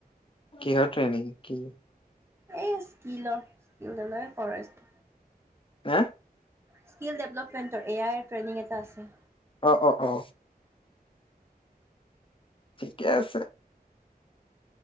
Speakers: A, on the left; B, on the right.
A: কিহৰ ট্ৰেইনিং কি
B: এই স্কিলৰ স্কিলৰে ফৰেষ্ট
A: হা
B: স্কিল ডেভলপমেণ্টৰ এ আইৰ ট্ৰেইনিং এটা আছে
A: অ অ অ ঠিকে আছে